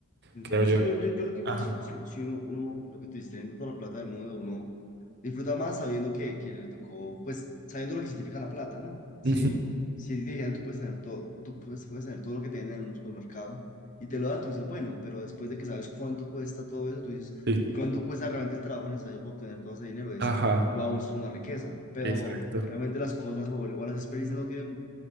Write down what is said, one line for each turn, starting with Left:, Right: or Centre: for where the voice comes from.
Left: Entiendo.
Right: creo yo.
Left: Sí, yo, yo, yo creo que igual
Right: Ajá.
Left: si, si- si uno, uno, lo que tú dices, teniendo toda la plata del mundo, uno disfruta más sabiendo que, que le tocó, pues sabiendo lo que significa la plata, ¿no? Si,
Right: Ujú,
Left: si te dijeran, tú puedes tener todo, tú puedes, puedes tener todo lo que te venden en un supermercado y te lo dan, tú dices, bueno, pero después de que sabes cuánto cuesta todo eso, tú dices,
Right: sí.
Left: y cuánto cuesta realmente el trabajo necesario para obtener todo ese dinero, es,
Right: Ajá,
Left: wow, eso es una riqueza. Pero
Right: exacto.
Left: realmente las cosas o, o las experiencias no tienen,